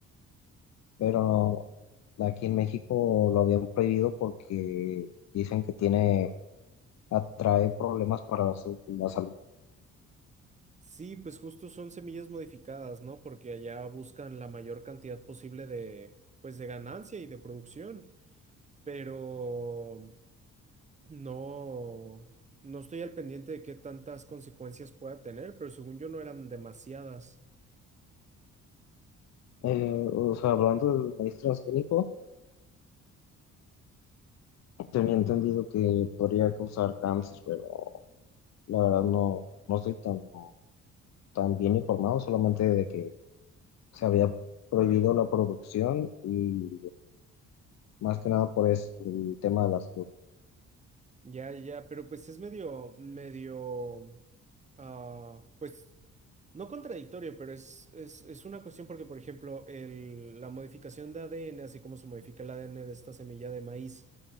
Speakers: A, on the left; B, on the right.
A: pero no, aquí en México lo habían prohibido porque dicen que tiene, atrae problemas para la, su- la salud.
B: Sí, pues justo son semillas modificadas, ¿no? Porque allá buscan la mayor cantidad posible de, pues, de ganancia y de producción. Pero No, no estoy al pendiente de qué tantas consecuencias pueda tener, pero según yo no eran demasiadas.
A: Eh, o sea, hablando del maíz transgénico, tenía entendido que podría causar cáncer, pero la verdad no, no estoy tan, tan bien informado, solamente de que se había prohibido la producción y más que nada por es- el tema de la salud.
B: Ya, ya, pero pues es medio, medio, ah, pues no contradictorio, pero es, es, es una cuestión porque, por ejemplo, el- la modificación de ADN, así como se modifica el ADN de esta semilla de maíz,